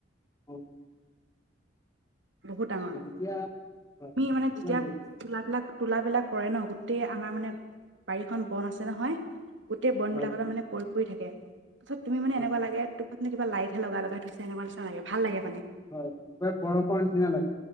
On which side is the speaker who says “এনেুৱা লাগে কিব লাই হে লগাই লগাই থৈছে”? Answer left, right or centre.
Right